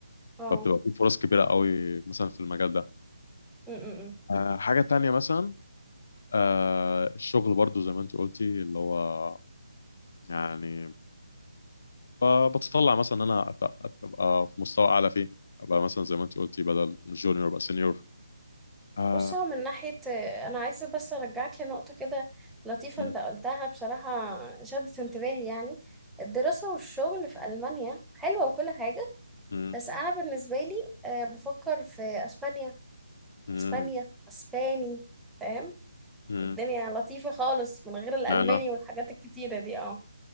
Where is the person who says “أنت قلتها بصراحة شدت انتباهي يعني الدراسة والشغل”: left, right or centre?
Centre